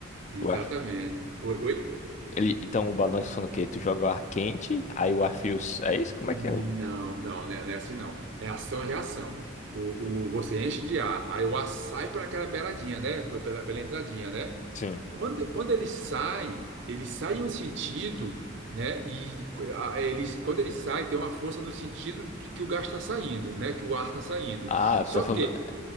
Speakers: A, on the right (about 60°); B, on the left (about 35°).
A: Exatamente.
B: O ar...
A: Oi, oi?
B: Ele, então o balão de funciona o quê? Tu joga o ar quente, aí o ar frio. s- É isso? Como
A: Não,
B: é que é? o-
A: não, né? Não é assim não. É ação e reação. O, o, você enche de ar, aí o ar sai por aquela beiradinha, né? Por Pela, pela entradinha, né?
B: Sim.
A: Quando, quando ele sai, ele sai em um sentido, né? E a- ele, quando ele sai, tem uma força no sentido de que o gás está saindo, né? Que o ar está saindo.
B: Ah,
A: Só
B: você tá falando.
A: que